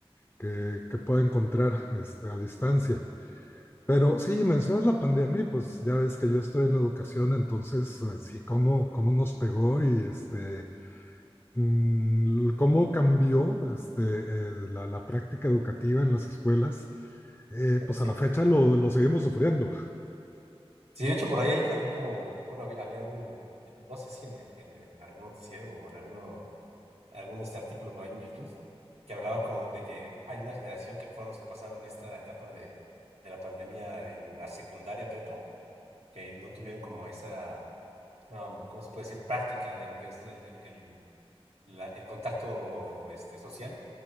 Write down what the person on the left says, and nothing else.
que, que pueda encontrar este, a distancia. Pero sí, mencionas la pandemia y pues ya ves que yo estoy en educación, entonces eh, sí, cómo, cómo nos pegó y este, mm, cómo cambió este, eh, la, la práctica educativa en las escuelas, eh, pues
a la fecha lo, lo seguimos sufriendo.